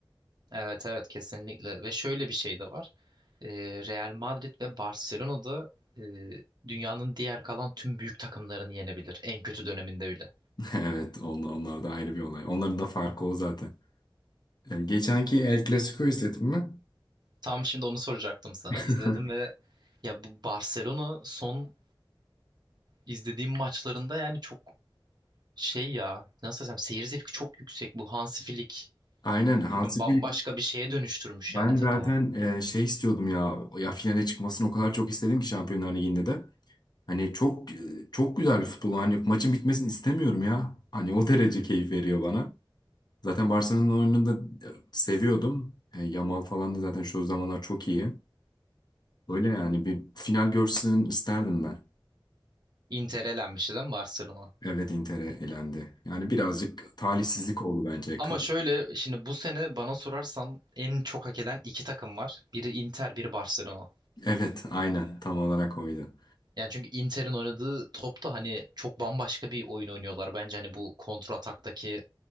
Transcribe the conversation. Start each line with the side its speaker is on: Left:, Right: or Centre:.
Right: Evet evet kesinlikle ve şöyle bir şey de var. E, Real Madrid ve Barcelona da e, dünyanın diğer kalan tüm büyük takımlarını yenebilir en kötü döneminde bile.
Left: <laughs> Evet on, onlar da ayrı bir olay. Onların da farkı o zaten. Ee, geçenki El Clasico izledin mi?
Right: Tam şimdi onu soracaktım sana.
Left: <laughs>
Right: İzledim ve ya bu Barcelona son izlediğim maçlarında yani çok Şey ya nasıl desem seyir zevki çok yüksek bu Hansi Flick.
Left: Aynen
Right: Bilmiyorum
Left: Hansi
Right: bambaşka
Left: Flick
Right: bir şeye dönüştürmüş
Left: ben
Right: yani takımı.
Left: zaten e, şey istiyordum ya ya finale çıkmasını o kadar çok istedim ki Şampiyonlar Ligi'nde de. Hani çok e, çok güzel bir futbol hani maçın bitmesini istemiyorum ya. Hani o derece keyif veriyor bana. Zaten Barcelona'nın oyununu da e, seviyordum. E, Yamal falan da zaten şu zamanlar çok iyi. Öyle yani bir final görsün isterdim ben.
Right: Inter elenmişti değil mi Barcelona?
Left: Evet Inter'e elendi. Yani birazcık talihsizlik oldu bence.
Right: Ama
Left: Kır-
Right: şöyle şimdi bu sene bana sorarsan en çok hak eden iki takım var. Biri Inter, biri Barcelona.
Left: Evet aynen tam olarak oydu.
Right: Yani çünkü Inter'in oynadığı topta hani çok bambaşka bir oyun oynuyorlar. Bence hani bu kontra ataktaki